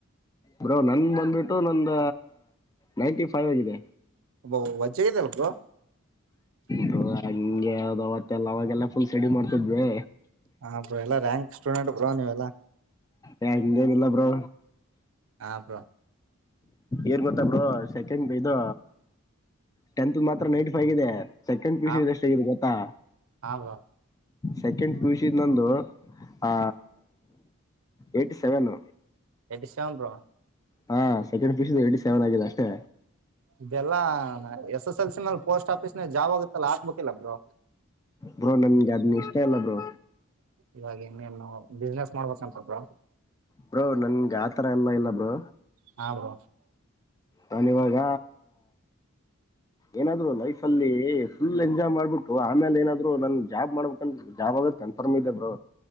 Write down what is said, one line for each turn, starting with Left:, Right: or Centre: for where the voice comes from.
Left: ಬ್ರೋ ನನ್ನ ಬಂದ್ಬಿಟ್ಟು ನಂದ ನೈಂಟಿ ಫೈವ್ ಆಗಿದೆ.
Right: ಅ ವಜ್ಜ ಆಗಿದವ್ ಬ್ರೋ.
Left: ಬ್ರೋ ಹಂಗೆ ಯಾವ್ದೋ ಅವತ್ತೆಲ್ಲ ಅವಾಗೆಲ್ಲ ಫುಲ್ ಸ್ಟೇಡಿ ಮಾಡ್ತಿದ್ವಿ.
Right: ಹಾ ಬ್ರೋ ಎಲ್ಲ ರ‍್ಯಾಂಕ್ ಸ್ಟೂಡೆಂಟ್ ಬ್ರೋ ನೀವೆಲ್ಲಾ.
Left: ಯ ಹಾಂಗೇನಿಲ್ಲ ಬ್ರೋ.
Right: ಹಾ ಬ್ರೋ
Left: ಏನ್ ಗೊತ್ತಾ ಬ್ರೋ ಸೆಕೆಂಡ್ ಇದು ಟೆಂತ್ ದ ಮಾತ್ರ ನೈನ್ಟ್ ಬ್ರೋ ಹೇಗಿದೆ. ಸೆಕೆಂಡ್ ಪಿಯುಸಿದ
Right: ಹಾ
Left: ಎಷ್ಟ ಆಗೇತಿ ಗೊತ್ತಾ.
Right: ಹಾ ಬ್ರೋ
Left: ಸೆಕೆಂಡ್ ಪಿಯುಸಿ ದ್ ನಂದು ಹಾ eighty seven.
Right: Eighty seven bro
Left: ಹಾ ಸೆಕೆಂಡ್ ಪಿಯುಸಿ ದ ಎಯ್ಟಿ ಸೆವೆನ್ ಆಗಿದೆ ಅಷ್ಟೆ.
Right: ಇದೆಲ್ಲಾ ಎಸ್ ಎಸ್ ಎಲ್ ಸಿ ನಲ್ ಪೋಸ್ಟ್ ಆಫೀಸ್ ನ್ಯಾಗ ಜಾಬ್ ಆಗುತ್ತಲ್ಲ ಹಾಕಬೇಕು. ಹಾಕಿಲ್ಲ ಬ್ರೋ
Left: ಬ್ರೋ ನನ್ಗೆದ್ನ ಇಷ್ಟ ಇಲ್ಲ ಬ್ರೋ.
Right: ಇವಾಗ ಇನ್ನೇನು ಬ್ಯುಸಿನೆಸ್ ಮಾಡ್ಬೇಕಂತ ಬ್ರೋ.
Left: ಬ್ರೋ ನನ್ಗೆ ಆತರ ಎಲ್ಲಾ ಇಲ್ಲ ಬ್ರೋ.
Right: ಹ ಬ್ರೋ
Left: ನಾನ್ ಇವಾಗ ಏನಾದ್ರು ಲೈಫ್ ಅಲ್ಲಿ ಫುಲ್ ಎಂಜಾಯ್ ಮಾಡ್ಬಿಟ್ಟು ಆಮೇಲೆ ಏನಾದ್ರು ನನ್ ಜಾಬ್ ಮಾಡ್ಬೇಕ ಜಾಬ್ ಆಗದ ಕನ್ಫರ್ಮ್ ಇದೆ ಬ್ರೋ.